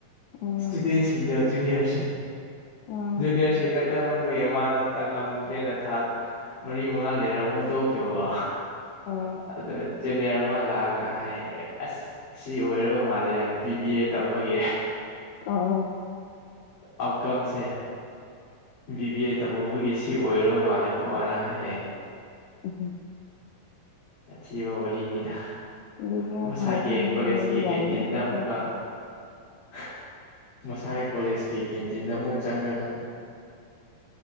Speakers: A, on the left; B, on the left.
A: ꯎꯝ
B: ꯏꯁꯇꯨꯗꯦꯟꯁꯤꯡꯗ ꯨꯅꯤꯌꯔ
A: ꯑꯥ
B: ꯨꯅꯤꯌꯔ ꯇꯃꯟꯕꯒꯤ ꯑꯃꯗ ꯇꯪꯉꯝꯗ꯭ꯔꯦꯅ ꯊꯥ ꯃꯔꯤ ꯃꯉꯥ ꯂꯩꯔ ꯑꯃꯨꯛ ꯇꯣꯛꯈꯤꯕꯀꯣ
A: ꯑꯥ
B: ꯑꯗ ꯖꯅꯤꯌꯥ ꯑꯃ ꯂꯥꯛꯑꯒ ꯍꯥꯏ ꯑꯁ ꯑꯁꯤ ꯑꯣꯏꯔꯕ ꯃꯥꯜꯂꯦ ꯕꯤ ꯕꯤ ꯑꯦ ꯇꯝꯕꯒꯤ
A: ꯑꯥ
B: ꯑꯥꯎꯠꯀꯝꯁꯦ ꯕꯤꯕꯤ ꯑꯦ ꯇꯝꯔꯨꯕꯒꯤ ꯁꯤ ꯑꯣꯏꯔꯣ ꯃꯥꯜꯂꯤꯛꯣꯅ ꯍꯥꯏ
A: ꯎ
B: ꯁꯥꯊꯤꯕ ꯋꯥꯔꯤꯅꯤꯗ
A: ꯕꯤꯖꯤꯅꯦꯁ
B: ꯃꯁꯥꯒꯤ
A: ꯍꯧꯕꯒꯤꯅꯦ
B: ꯀꯣꯂꯦꯖꯀꯤ
A: ꯍꯥꯏꯕ ꯌꯥꯏꯗ
B: ꯀꯦꯟꯇꯤꯟꯗ
A: ꯃꯥꯁꯨ
B: ꯑꯃꯨꯛꯀ ꯑꯟꯑꯣꯗꯤꯕꯜ ꯃꯁꯥꯒꯤ ꯀꯣꯂꯦꯖꯀꯤ ꯀꯦꯟꯇꯤꯟꯗ ꯑꯃꯨꯛ ꯆꯪꯉꯒ